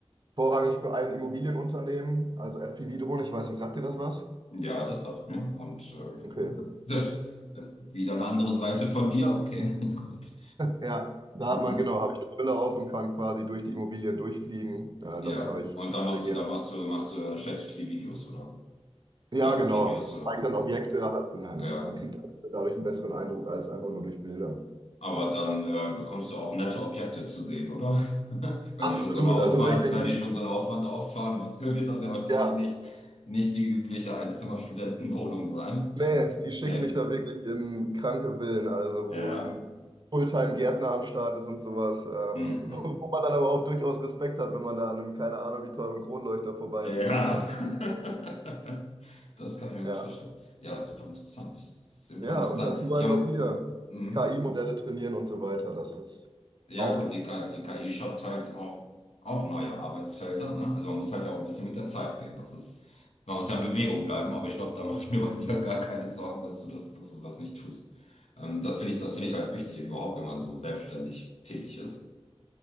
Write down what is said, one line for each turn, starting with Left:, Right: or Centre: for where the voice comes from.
Right: Vorrangig für ein Immobilienunternehmen, also FPV-Drohne. Ich weiß nicht, sagt dir das was?
Left: ja, das sagt mir. Und äh,
Right: Okay.
Left: selbst, äh, wieder eine andere Seite von dir. Okay, <laughs> gut.
Right: Ja, da
Left: Mhm.
Right: hat man, genau, habe ich eine Brille auf und kann quasi durch die Immobilien durchfliegen. Äh,
Left: Ja.
Right: das mache ich
Left: Und dann machst
Right: sehr gerne.
Left: du, da machst du, machst du, stellst du viele Videos oder?
Right: Ja,
Left: Ja,
Right: genau.
Left: Videos oder.
Right: Zeigt dann
Left: Hm.
Right: Objekte, hat, man,
Left: Ja.
Right: man kriegt dadurch einen besseren Eindruck als einfach nur durch Bilder.
Left: Aber
Right: Ja.
Left: dann äh, bekommst du auch nette Objekte zu sehen, oder? <laughs> Wenn
Right: Absolut,
Left: ich schon so einen Aufwand,
Right: also wirklich
Left: wenn
Right: die,
Left: ich schon so einen Aufwand auffahren <laughs> will, wird das ja wahrscheinlich
Right: ja,
Left: nicht, nicht die übliche Einzimmer-Studentenwohnung sein.
Right: Nee, die schicken
Left: Nee,
Right: mich da wirklich in kranke Villen, also wo
Left: ja.
Right: ein Fulltime-Gärtner am Start ist und sowas, ähm,
Left: Mhm.
Right: <laughs> wo wo man dann aber auch durchaus Respekt hat, wenn man da an einem, keine Ahnung, wie teuren Kronleuchter vorbeifliegt.
Left: Ja.
Right: Äh,
Left: <laughs> Das kann ich mir gut
Right: ja.
Left: verstehen. Ja, super interessant. Super
Right: Ja,
Left: interessant.
Right: und dazu
Left: Ja,
Right: halt noch
Left: m-
Right: hier
Left: m-
Right: KI-Modelle trainieren und so weiter. Das ist
Left: Ja
Right: auch
Left: gut, die KI, die KI schafft halt auch, auch neue Arbeitsfelder, ne? Also man muss halt ja auch ein bisschen mit der Zeit gehen. Das ist, man muss ja in Bewegung bleiben, aber ich glaube, da mache ich mir bei dir <laughs> gar keine Sorgen, dass du das, dass du das nicht tust. Ähm, das finde ich, das finde ich halt wichtig überhaupt, wenn man so selbstständig tätig ist.